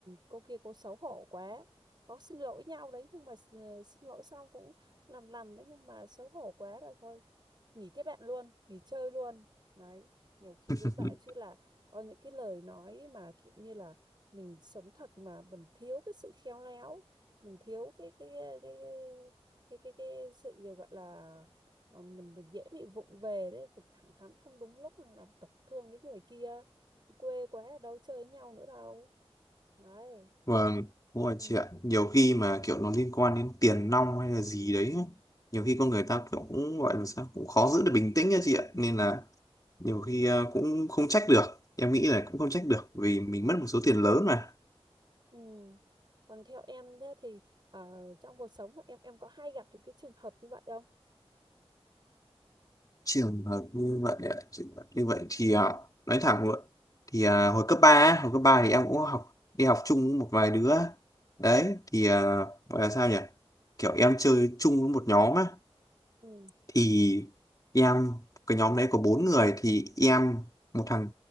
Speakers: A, on the right (about 45°); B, on the left (about 35°).
A: cô kia cô xấu hổ quá có xin lỗi nhau đấy nhưng mà s- xin lỗi xong cũng làm lầm đấy nhưng mà xấu hổ quá rồi thôi nghỉ kết bạn luôn nghỉ chơi luôn đấy nhiều khi
B: <laughs>
A: đấy bảo chứ là có những cái lời nói mà kiểu như là mình sống thật mà mình thiếu cái sự khéo léo mình thiếu cái cái cái cái cái, cái, cái sự gọi là Ờ, mình mình dễ bị vụng về đấy mình thẳng thắn không đúng lúc là làm tổn thương cái người kia quê quá đâu chơi với nhau nữa đâu đấy
B: vâng đúng rồi
A: ừ.
B: chị ạ nhiều khi mà kiểu nó liên quan đến tiền nong hay là gì đấy nhiều khi con người ta kiểu cũng gọi là sao cũng khó giữ được bình tĩnh nha chị ạ nên là nhiều khi ờ, cũng không trách được em nghĩ là cũng không trách được vì mình mất một số tiền lớn mà
A: Ừ. còn theo em thế thì ờ, trong cuộc sống của em em có hay gặp những cái trường hợp như vậy không
B: trường hợp như vậy ạ, trường hợp như vậy thì à, nói thẳng luôn thì à, hồi cấp ba hồi cấp 3 thì em cũng học đi học chung với một vài đứa đấy thì à, gọi là sao nhỉ kiểu em chơi chung với một nhóm á
A: ừ.
B: thì em cái nhóm đấy có bốn người thì em một thằng